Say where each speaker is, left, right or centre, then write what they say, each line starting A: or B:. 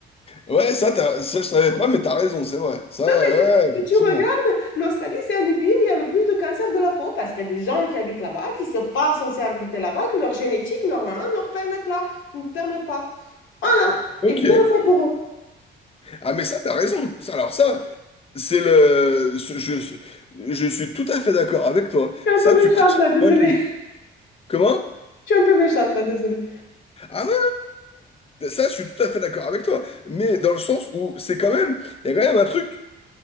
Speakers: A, on the left; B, on the left.
A: Ouais, ça, t'as- ça je savais pas, mais t'as raison, c'est vrai. Ça, ouais,
B: Non, mais c'est-
A: effectivement.
B: si tu regardes, l'Australie, c'est un des pays où il y a le plus de cancers de la peau parce qu'il y a des gens qui habitent là-bas, qui ne sont pas censés habiter là-bas, que leur génétique, normalement, ne leur permet pas. Ne permet pas. Voilà.
A: Ok.
B: Et bien fait pour eux.
A: Ah, mais ça, t'as raison. Ça, alors ça. C'est le. ce- Je, je suis tout à fait d'accord avec toi.
B: Je suis
A: Ça,
B: un peu
A: tu
B: méchante
A: prêches
B: là,
A: un
B: désolée.
A: convaincu.
B: <laughs>
A: Comment?
B: Je suis un peu méchante là, désolée.
A: Ah non, ça, je suis tout à fait d'accord avec toi. Mais dans le sens où c'est quand même. Il y a quand même un truc